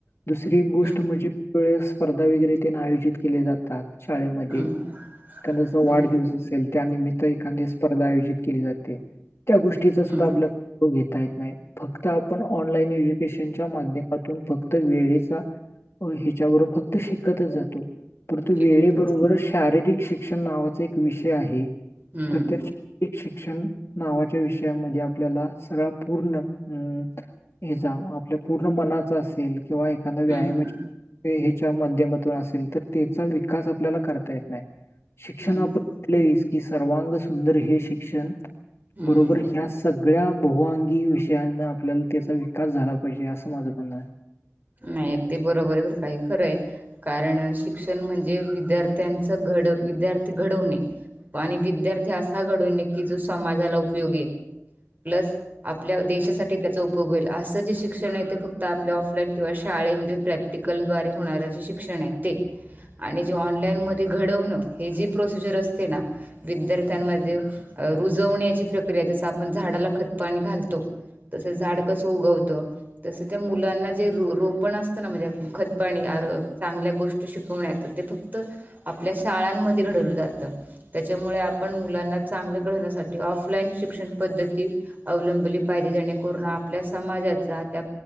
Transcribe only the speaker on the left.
दुसरी गोष्ट
म्हणजे काही वेळेस स्पर्धा वगैरे तेन आयोजित केले जातात. शाळेमध्ये
एखादेस वेळी
वाढदिवस असेल त्यानिमित्त एखादीवेळस स्पर्धा आयोजित. केली जाते. त्या गोष्टीचा सुद्धा
आपल्यात घेता येत नाय. फक्त आपण ऑनलाईन एज्युकेशनच्या माध्यमातून फक्त वेळेचा. हीच्या बरोबर फक्त शिकतच जातो. पण तो
वेळी बरोबर शारीरिक शिक्षण नावाचा एक विषय आहे
तर तर. एक शिक्षण नावाच्या विषयामध्ये आपल्याला सगळा पूर्ण अ. हेचा आपल्या पूर्ण मनाचा असेल किंवा एखादा व्यायामाचे
हेच्या माध्यमातून असेल तर तेचा विकास आपल्याला करता येत नाय. शिक्षण
आता आपटलेलीस की सर्वांग सुंदर हे शिक्षण
बरोबर ह्यास. सगळ्या बहुअगी विषयांना आपल्याला त्यांचा विकास झाला पाहिजे असं माझं म्हण आहे.